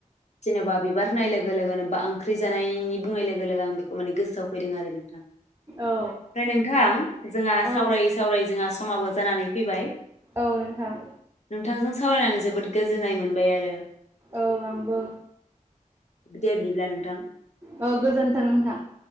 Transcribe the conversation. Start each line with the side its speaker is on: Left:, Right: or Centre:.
Left: जेनेबा बिबार होनाय लोगो गो लोगोन बा ओंख्रि जानायनि बुंनाय लोगो लोगो आं बेखौ माने गोसोआव फैदों आरो नोंथां। फ्राय
Right: औ
Left: नोंथां जोंहा
Right: औ
Left: सावरायै सावरायै जोंहा समाबो जानानै फैबाय।
Right: औ नोंथां
Left: नोंथांजों सावरायनानै जोबोद गोजोननाय मोनबाय आरो।
Right: औ आंबो
Left: दे बिदिब्ला नोंथां।
Right: औ गोजोन्थों नोंथां।